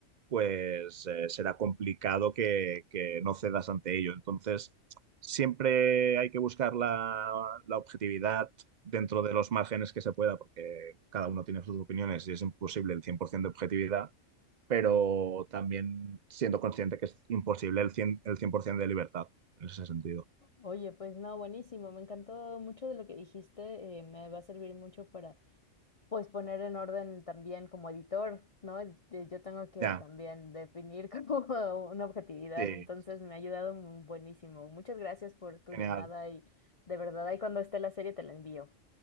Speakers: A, on the right; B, on the left.
A: pues eh, será complicado que, que, no cedas ante ello. Entonces, siempre hay que buscar la, la objetividad dentro de los márgenes que se pueda, porque cada uno tiene sus opiniones y es imposible el 100% de objetividad, pero también siendo consciente que es imposible el 100%, el 100 de libertad en ese sentido.
B: Oye, pues no, buenísimo, me encantó mucho de lo que dijiste, eh, me va a servir mucho para pues poner en orden también como editor, ¿no? Y- y Yo tengo que
A: Ya,
B: también definir <laughs> como una objetividad,
A: sí,
B: entonces
A: sí, sí.
B: me ha ayudado mu- buenísimo. Muchas gracias por tu
A: Genial.
B: llamada y de verdad ahí cuando esté la serie te la envío.